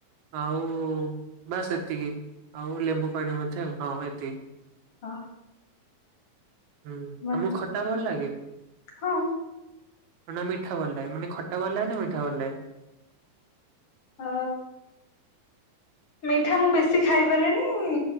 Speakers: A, on the right (about 85°); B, on the left (about 45°).
A: ଆଉ ଵାସ୍ ଏତିକି ଆଉ ଲେମ୍ବୁ ପାଣି ମଧ୍ୟ ହଁ ଏତିକି
B: ହଁ
A: ହୁଁ
B: ଭଲ
A: ତମକୁ ଖଟା ଭଲ ଲାଗେ
B: ହଁ।
A: ନା ମିଠା ଭଲ ଲାଗେ ମାନେ ଖଟା ଭଲ ଲାଗେ ନା ମିଠା ଭଲ ଲାଗେ
B: ଅ ମିଠା ମୁଁ ବେଶୀ ଖାଇପାରେନି